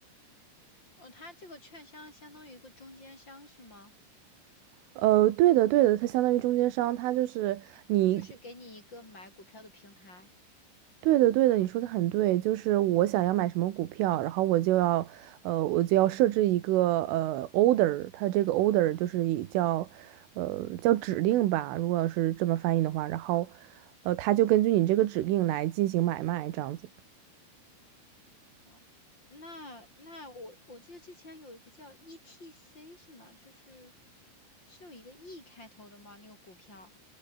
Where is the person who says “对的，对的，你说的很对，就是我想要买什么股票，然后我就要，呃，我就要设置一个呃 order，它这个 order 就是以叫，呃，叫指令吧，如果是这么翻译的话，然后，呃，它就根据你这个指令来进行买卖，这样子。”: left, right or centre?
Right